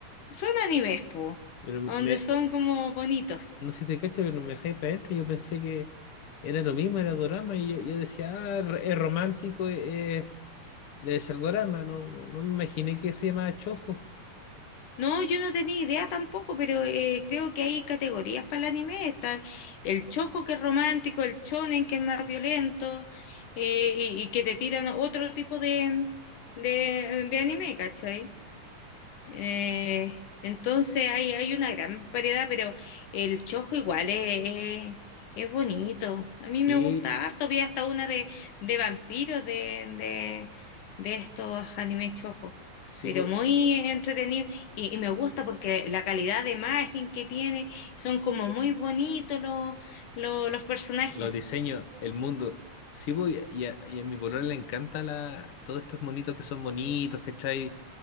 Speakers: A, on the left; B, on the left.
A: son animes, po,
B: Pero me,
A: donde son como bonitos.
B: no sé si te cacho, pero me dejé para adentro. Yo pensé que era lo mismo, era dorama. Y yo, yo decía, ah, r- es romántico, eh, eh, debe ser dorama. No, no, no me imaginé que se llamaba Chojo.
A: No, yo no tenía idea tampoco, pero eh, creo que hay categorías para el anime. Están el chojo que es romántico, el shonen que es más violento eh, y, y que te tiran otro tipo de, de, de anime, ¿cachai? Eh, entonces hay, hay una gran variedad, pero el chojo igual es, es, es bonito. A mí me
B: Sí,
A: gusta harto. Vi hasta una de, de vampiros de, de, de estos animes chojo,
B: sí,
A: pero
B: po,
A: muy entretenido. Y, y me gusta porque la calidad de imagen que tiene, son como muy bonitos los, los, los personajes.
B: los diseños, el mundo. Sí, po, y, a, y a- y a mi polola le encanta la, todos estos monitos que son bonitos, ¿cachai?